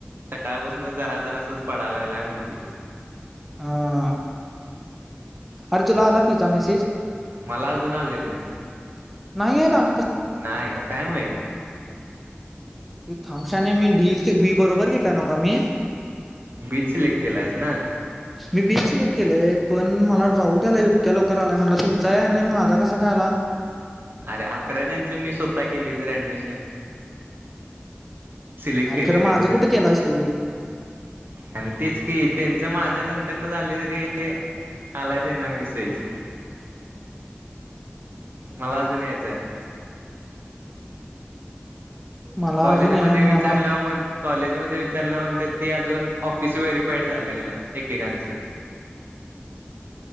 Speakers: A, on the right; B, in the centre.
A: सकाळपसून जरा जरासच पडायला लागलाय म्हणते
B: हा अरे तुला आला फिचा मेसेज
A: मला अजून आलेलं नाही
B: नाही याला
A: नाही काय माहित
B: थमशने मी बी बरोबर घेतला न का मी
A: बीच सिलेक्ट केलायस ना
B: मी बीच सिलेक्ट केलेय पण मला डाऊट आला इतक्या लवकर आलाय म्हटलं तुमचा नाही माझा कसा काय आला
A: अरे अत्र त्यांचं मी स्वतः केली तर ऍडमिशन सिलेक्ट
B: अरे
A: केले
B: खरं माझं
A: त्यांचे
B: कुठं केलायस तू
A: आणि तेच कि त्यांच माझा नंतर झाले तरी आलाय त्यांना मेसेज मला अजून यायचंय
B: मला
A: कॉलेजमध्येध्ये
B: अजून हे-
A: विचारल्या
B: मला
A: म्हण कॉलेजमध्येध्ये विचारलं म्हणत ती अजून ऑफिस व्हेरीिफाईड झालेलं नाही एकेकांचं